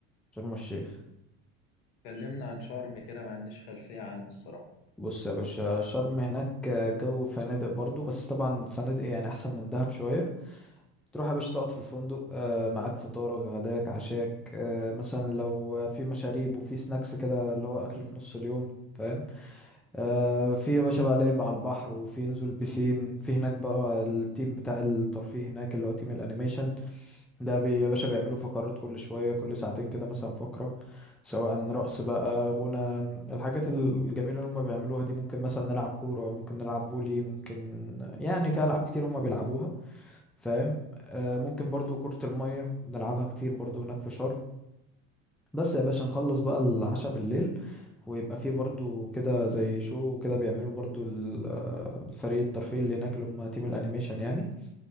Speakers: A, in the centre; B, on the left.
A: شرم الشيخ
B: كلمنا عن شرم كده ما عنديش خلفية عنها الصراحة
A: بص يا باشا شرم هناك جو فنادق برضو بس طبعا فنادق يعني احسن من دهب شوية تروح يا باشا تقعد في الفندق آه، معاك فطارك غداك عشاك آه، مثلا لو في مشاريب وفي سناكس كده اللي هو اكل في نص اليوم فاهم آه في يا باشا بقى لعب على البحر وفي نزول بسين في هناك بقى التيم بتاع الترفيه هناك اللي هو تيم الانيميشن ده بي يا باشا بيعملوا فقرات كل شوية كل ساعتين كده مثلا فقرة سواء رقص بقى غنى الحاجات الجميلة اللي هم بيعملوها دي ممكن مثلا نلعب كورة ممكن نلعب فولي ممكن يعني في ألعاب كتير هم بيلعبوها فاهم آه ممكن برضو كرة المية بنلعبها كتير برضو هناك في شرم بس يا باشا نخلص بقى العشاء بالليل ويبقى فيه برضو كده زي شو كده بيعملوا برضو ال- آه، فريق الترفيه اللي هناك اللي هم تيم الانيميشن يعني